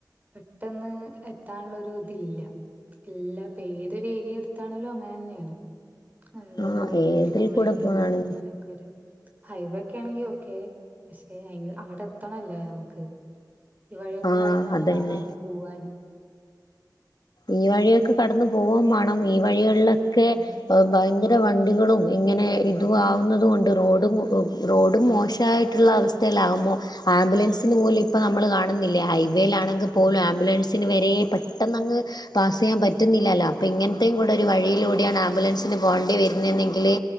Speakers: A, on the right (about 20°); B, on the left (about 65°).
A: പെട്ടെന്ന് എത്താൻള്ളൊരു തില്ലാ ഇല്ലാ പ്പേത് രീതി എട്ത്താണേലും അങ്ങെനെന്നേണ് അതെതെ
B: ആ
A: റോഡിന്റൊര്
B: ഏതിൽ
A: കംപ്ലെയ്ന്റും
B: കൂടെ പോണാണ്
A: അങ്ങനെയൊക്കെരു ഹൈവേക്കേണെങ്കി ഓക്കേ പക്ഷെ അയ്ങ്ക് അങ്ങട്ടെത്തണല്ലോ ഞമ്ക്ക് ഈ വഴിയൊക്കെ
B: ആ
A: കട്ന്നെന്നെ
B: അതന്നെ
A: വാണം അങ്ങട് പൂവാന്
B: ഈ വഴിയൊക്കെ കടന്ന് പോവും മാണം ഈ വഴികൾലൊക്കെ
A: ഉം
B: ഭയ്ങ്കര വണ്ടികളും ഇങ്ങെനെ ഇതു ആവുന്നത്
A: അതെ
B: കൊണ്ട് റോഡും മു <unintelligible> റോഡും മോശായ്ട്ട്ള്ള അവസ്ഥേലാകുമ്പോ ആംബുലൻസിന് പോലും ഇപ്പ നമ്മള് കാണുന്നി ല്ലെ ഹൈവേലാണെങ്ക്
A: ആഹ്
B: പോലും ആംബുലൻസിന് വരെ പെട്ടെ ന്നങ്ങ് പാസെയ്യാം പറ്റുന്നില്ലാലൊ അപ്പൊ ഇങ്ങൻത്തേയും കൂടെ
A: അതെ
B: ഒര് വഴിയിലൂടെയാണ്
A: അതെ
B: ആംബുലൻസ് ന് പോണ്ടി വര്ന്നേന്നെങ്കില്